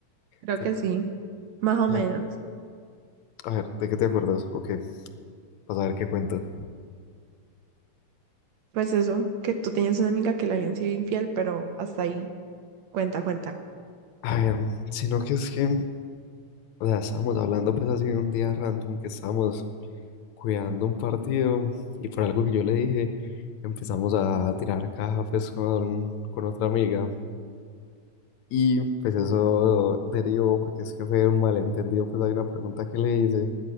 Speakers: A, on the right; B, on the left.
A: creo
B: Te-
A: que sí. Más o
B: ya,
A: menos.
B: A ver, ¿de qué te acuerdas? Ok, para saber qué cuento.
A: Pues eso, que tú tenías una amiga que le habían sido infiel, pero hasta ahí. Cuenta, cuenta.
B: A ver, sino que es que, o sea, estábamos hablando pues así un día random que estábamos cuidando un partido y por algo que yo le dije empezamos a tirar caja pues con, con otra amiga. Y pues eso derivó, porque es que fue un malentendido, pues hay una pregunta que le hice,